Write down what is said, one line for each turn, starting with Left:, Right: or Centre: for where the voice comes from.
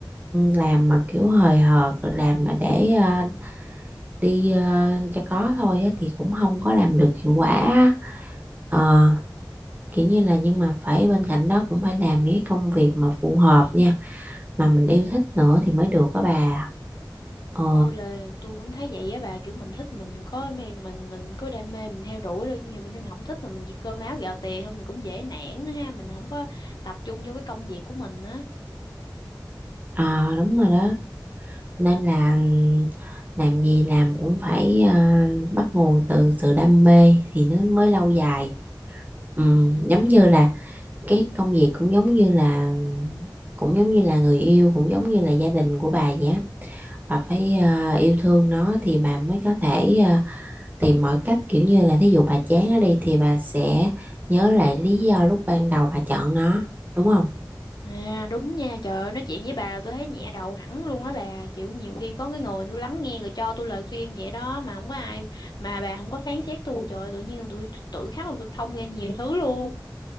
Right: làm mà kiểu hời hợt, làm mà để ờ, đi ờ, cho có thôi á thì cũng không có làm được hiệu quả. á. Ờ, kiểu như là nhưng mà phải bên cạnh đó cũng phải làm những cái công việc mà phù hợp nha, mà mình yêu thích nữa thì mới được đó bà.
Left: Ừ,
Right: Ờ,
Left: tôi là tôi cũng thấy vậy á bà kiểu mình thích mình có mê mình mình có đam mê mình theo đuổi được nhưng mà mình mình không thích mà mình chỉ cơm áo gạo tiền thôi mình cũng dễ nản nữa ha mình không có tập trung vô cái công việc của mình á
Right: à, đúng rồi đó. nên là làm gì làm cũng phải à, bắt nguồn từ sự đam mê thì nó mới lâu dài Ừm,
Left: ừ.
Right: giống như là cái công việc cũng giống như là cũng giống như là người yêu cũng giống như là gia đình của bà vậy á bà phải à, yêu thương nó thì bà mới có thể à, tìm mọi cách kiểu như là thí dụ bà chán nó đi thì bà sẽ nhớ lại lý do lúc ban đầu bà chọn nó đúng không
Left: à đúng nha trời ơi nói chuyện với bà là tôi thấy nhẹ đầu hẳn luôn á bà chịu nhiều khi có cái người tôi lắng nghe rồi cho tôi lời khuyên vậy đó mà không có ai mà bà không có phán xét tôi trời ơi, tự nhiên tôi tự khắc là tôi thông ra nhiều thứ luôn